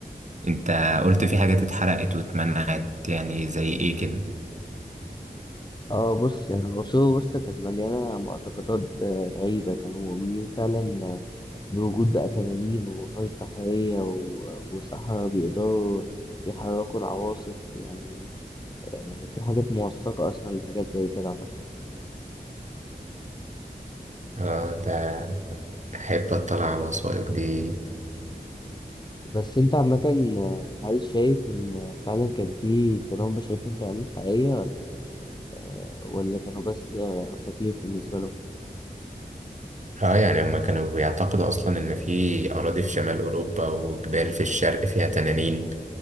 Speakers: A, on the right; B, on the left.
A: أنت قلت في حاجات اتحرقت واتمنعت يعني زي إيه كده؟
B: اه بص يعني العصور الوسطى كانت مليانة معتقدات آه، غريبة كانوا مؤمنين فعلا بوجود بقى تنانين ووحوش بحرية و- وصحراء بيقدروا يحركوا العواصف يعني آه، في حاجات موثقة أصلا لحاجات زي كده أعتقد
A: آه ده أحب أطلع على الوثائق دي
B: بس أنت عامة آه، هل شايف إن فعلا كان في كان هم شايفين تنانين حقيقية ولا آه، ولا كانوا بس آه، أساطير بالنسبة لهم؟
A: اه يعني هما كانوا بيعتقدوا اصلا ان في اراضي في شمال اوروبا وجبال في الشرق فيها تنانين